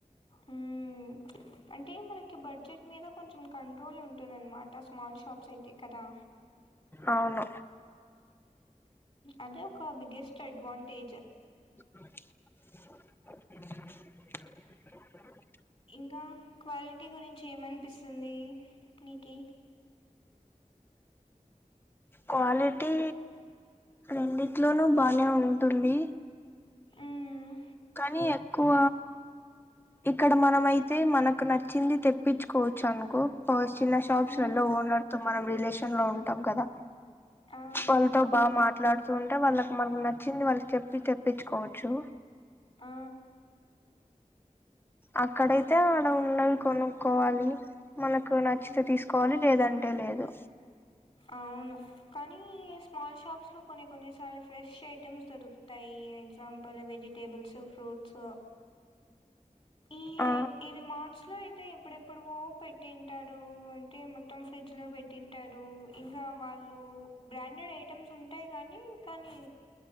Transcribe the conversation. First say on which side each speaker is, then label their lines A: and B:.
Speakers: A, on the left; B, on the left.
A: మ్మ్ అంటే మనకి బడ్జెట్ మీద కొంచెం కంట్రోల్ ఉంటుందనమాట స్మాల్ షాప్స్ అయితే కదా
B: అవును
A: అదే ఒక బిగ్గెస్ట్ అడ్వాంటేజ్
B: అ
A: ఇంకా క్వాలిటీ గురించి ఏమనిపిస్తుంది నీకి
B: క్వాలిటీ రెండిట్లోనూ బానే ఉంటుంది
A: ఊమ్
B: కానీ ఎక్కువ ఇక్కడ మనమయితే మనకు నచ్చింది తెప్పించుకోవచ్చు అనుకో పర్ చిన్న షాప్స్
A: ఉమ్
B: లలో ఓనర్ తో మనం రిలేషన్ లో ఉంటాం కదా
A: ఆ
B: వాళ్ల తో బాగా మాట్లాడుతు తు ఉంటే వాళ్ళకి మనకి నచ్చింది వాళ్ళకి చెప్పి తెప్పించుకోవచ్చు
A: ఆ
B: అక్కడైతే ఆడ ఉన్నవి కొనుక్కోవాలి మనకు నచ్చితే
A: ఉమ్
B: తీసుకోవాలి లేదంటే లేదు
A: అవును కానీ స్మాల్ షాప్స్ లో కొన్ని కొన్నిసార్లు ఫ్రెష్ ఐటెమ్స్ దొరుకుతాయి ఎగ్జాంపు పుల్ వెజిటేబుల్స్ ఫ్రూట్స్ ఈ
B: ఆ
A: ఇవి మార్ట్స్ లో అయితే ఏప్పుడెప్పుడివో పెట్టింటారు టే మొత్తం ఫ్రిడ్జ్ లో పెట్టింటారు ఇంకా వాళ్ళు బ్రాండెడ్ ఐటెమ్స్ ఉంటాయి కానీ కానీ